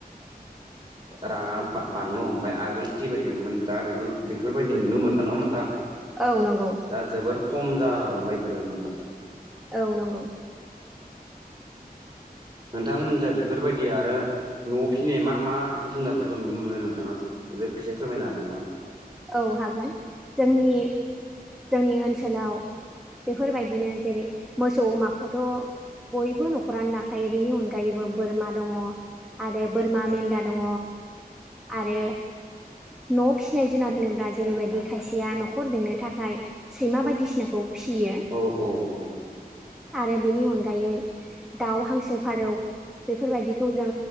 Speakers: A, on the right; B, in the centre.
A: राङा बांनो हमबाय आगोल जिबायदिमोन दा बे बेफोरबायदि नुनो मोनला नङा होमबा नोंथां आं
B: औ नंगौ
A: दा जोबोर खम जालांबाय बेफोरो नोंथां
B: औ नंगौ
A: नोंथांमोन जा बेफोरबायदि आरो न'आव फिनाय मा मा जुनारफोरखौ नुनो मोनो नोंथाङा एसे फोरमायनो हागोनबा?
B: औ हागोन जोंनि जोंनि ओनसोलाव बेफोरबायदिनो जेरै मोसौ अमाखौथ' बयबो न'खरानो लाखायो बेनि अनगायैबो बोरमा दङ आरो बोरमा मेन्दा दङ आरो न' आव फिसिनायजों जुनार होनोब्ला जेरैबायदि खायसेया न'खर बेंनो थाखाय सैमा बायदिसिनाखौ फिसियो
A: औ औ औ।
B: आरो बेनि अनगायै दाउ, हांसो, फारौ बेफोर बायदिखौ जों